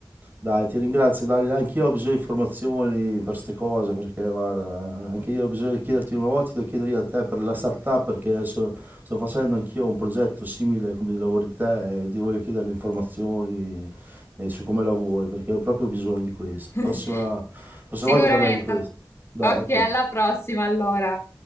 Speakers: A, on the right; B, on the left.
A: Dai, ti ringrazio, Dalila. Anch'io ho bisogno di informazioni per queste cose, perché guarda, anche io ho bisogno di chiederti una volta, ti devo chiedere io a te per la startup, perché adesso sto facendo anch'io un progetto simile come di lavori di te e ti voglio chiedere le informazioni eh, su come lavori, perché ho proprio bisogno di questo.
B: <laughs>
A: Prossima, prossima
B: Sicuramente.
A: volta parliamo di questo. Dai,
B: Ok,
A: ok.
B: alla prossima allora.